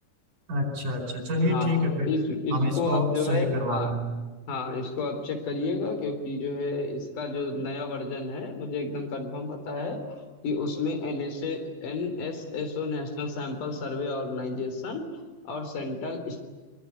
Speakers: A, on the right (about 80°); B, on the left (about 80°).
A: अच्छा अच्छा चलिए
B: हाँ
A: ठीक है फिर
B: इस इसको
A: हम इसको
B: आप जो
A: सही
B: है
A: करवाते
B: हाँ
A: हैं
B: हाँ इसको आप चेक करिएगा क्योंकि जो है इसका जो नया वर्जन है मुझे एकदम कंफर्म पता है कि उसमें N S N S S O National Sample Survey Organisation और सेंट्रल